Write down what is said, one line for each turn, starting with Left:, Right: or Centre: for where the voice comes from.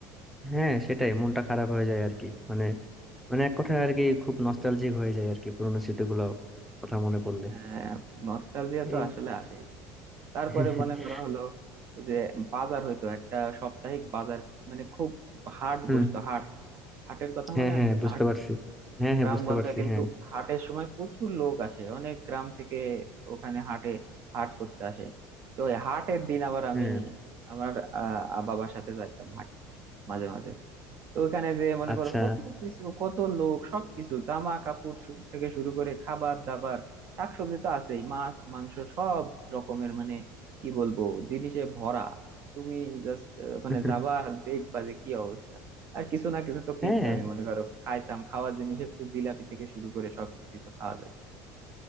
Centre: হ্যাঁ সেটাই মনটা খারাপ হয়ে যায় আর কি মানে মানে এক কথায় আর কি খুব নস্টালজিক হয়ে যায় আর কি পুরোনো স্মৃতিগুলো কথা মনে পড়লে
Right: আহ নস্টালজিয়া তো
Centre: এই
Right: আসলে আসে তারপরে
Centre: <laughs>
Right: মনে করা হলো যে বাজার হইতো একটা সাপ্তাহিক বাজার মানে খুব হাট
Centre: হুম
Right: বসতো হাট হাটের কথা
Centre: হ্যাঁ
Right: মনে
Centre: হ্যাঁ
Right: আছে
Centre: বুঝতে
Right: হাট
Centre: পারছি হ্যাঁ হ্যাঁ
Right: গ্রামগঞ্জে
Centre: বুঝতে পারছি
Right: কিন্তু
Centre: হ্যাঁ
Right: হাটের সময় প্রচুর লোক আসে অনেক গ্রাম থেকে ওখানে হাটে হাট করতে আসে তো এই হাটের দিন আবার আমি
Centre: হ্যাঁ
Right: আমার আহ বাবার সাথে যাইতাম হাটে মাঝে মাঝে তো ওখানে যে মনে
Centre: আচ্ছা
Right: করো কত কিছু কত লোক সবকিছু জামা কাপড় শু- থেকে শুরু করে খাবার দাবার শাকসবজি তো আছেই মাছ মাংস সব রকমের মানে কি বলবো জিনিসে ভরা তুমি জাস্ট মানে
Centre: <laughs>
Right: যাবা আর দেখবা যে কি অবস্থা আর কিছু না কিছু তো কিনতামই
Centre: হ্যাঁ
Right: মনে করো খাইতাম খাওয়ার জিনিসের তো জিলাপি থেকে শুরু করে সবকিছু তো খাওয়া যেত